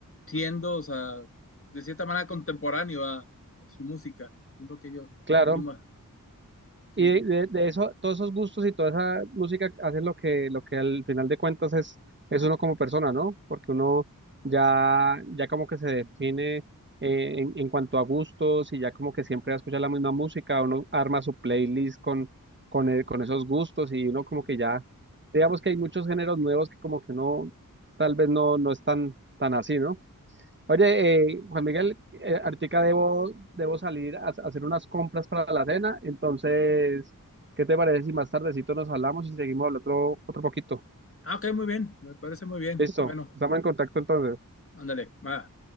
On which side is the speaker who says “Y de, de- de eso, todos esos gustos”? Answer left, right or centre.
Right